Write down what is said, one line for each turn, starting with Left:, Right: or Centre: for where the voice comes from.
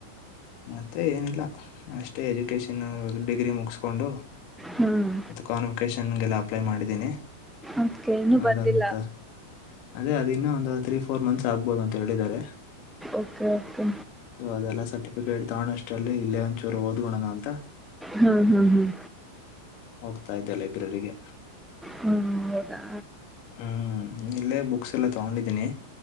Left: ಮತ್ತೆ ಏನಿಲ್ಲ ಅಷ್ಟೇ ಎಜುಕೇಷನ್ ಡಿಗ್ರಿ ಮುಗಿಸ್ಕೊಂಡು
Centre: ಹ್ಮ್
Left: ಮತ್ತು ಕ್ವಾನಿಫಿಕೇೇಶನ್ಗೆಲ್ಲ ಅಪ್ಲೈ ಮಾಡಿದ್ದೀನಿ
Centre: ಓಕೆ ಇನ್ನು
Left: ಅದಂತ
Centre: ಬಂದಿಲ್ಲ
Left: ಅದೇ ಅದ ಇನ್ನೂ ಒಂದು ತ್ರೀ ಫೋರ್ ಮಂತ್ಸ್ ಆಗ್ಬೋದು ಅಂತ ಹೇಳಿದ್ದಾರೆ
Centre: ಓಕೆ ಓಕೆ
Left: ಸೊ ಅದೆಲ್ಲ ಸರ್ಟಿಫ ತಾಣ ಅಷ್ಟಲ್ಲಿ ಇಲ್ಲೇ ಒಂಚೂರು ಒಡ್ಕೊಳೊಣ ಅಂತ
Centre: ಹಾ ಹಾ ಹಾ
Left: ಹೋಗ್ತಾ ಇದೆ ಲೈಬ್ರರಿಗೆ
Centre: ಹ್ಮ್ ಹೌದಾ
Left: ಹ್ಮ ಇಲ್ಲೇ ಬುಕ್ಸ್ ಎಲ್ಲ ತಗೊಂಡಿದೀನಿ